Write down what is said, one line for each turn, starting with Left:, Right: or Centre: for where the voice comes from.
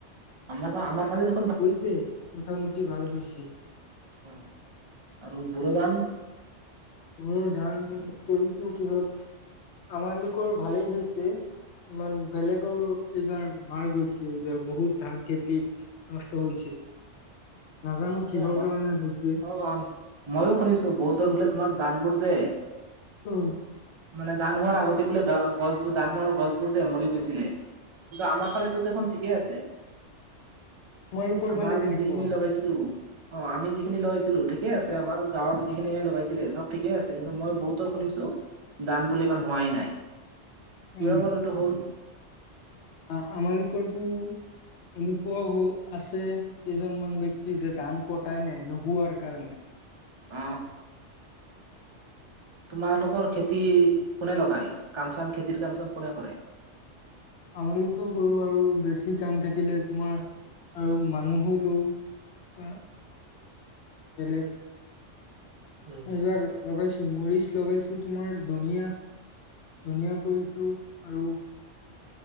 Right: আমাৰটো আমাৰ ফালেটো
Left: হৈছে। মোটামুটি ভাল হৈছে।
Right: উম', আৰু বুুৰুধান?
Left: বুৰুধান ধান কৰিছো। পিছত আমালোকৰ ভালেই হৈছে। ইমান বেলেগৰ এইবাৰ মাৰ গৈছে, এইবাৰ বহুত ধান খেতি নষ্ট হৈছে। নাজানো
Right: অ এই
Left: কিহৰ
Right: আমাৰ
Left: কাৰণে হৈছে।
Right: অ', মইয়ো শুনিছোঁ। বহুতৰ
Left: উম,
Right: বোলে তোমাৰ ধানবোৰ যে
Left: উম',
Right: মানে ধান হোৱাৰ আগতে বোলে গা অ, গছবোৰ, ধানৰ গছবোৰ যে মৰি গৈছিলে। কিন্তু, আমাৰ ফালেটো দেখোন ঠিকেই আছে।
Left: তোমালোকৰ
Right: আমাৰ
Left: ফালে কেনেকুৱা
Right: যিখিনি
Left: হয়
Right: লগাইছ ছিলো অ', আমি যিখিনি লগাইছিলো ঠিকে আছে। আমাৰ গাঁৱত যিখিনিয়ে লগাইছিলে চব ঠিকে আছে। কিন্তু, মই বহুতৰ শুনিছোঁ। ধান বোলে। ইমান হোৱাই নাই। কিয়
Left: উম',
Right: বাৰু এইটো হ'ল
Left: আ-আমালোকৰ টো এনেকুৱাও <unintelligible> আছে কেইজনমান ব্যক্তি যে ধান কটাই নাই, নোহোৱাৰ কাৰণে।
Right: অ তোমালোকৰ খেতি কোনে লগায়? কাম-চাম খেতিৰ কাম-চাম কোনে কৰে?
Left: আমালোকেও কৰোঁ, আৰু বেছি কাম থাকিলে তোমাৰ আৰু মানুহো লওঁ। আ, বেলেগ
Right: উম
Left: এইবাৰ লগাইছোঁ মৰিচ লগাইছো, তোমাৰ ধনিয়া, ধনিয়া কৰিছোঁ, আৰু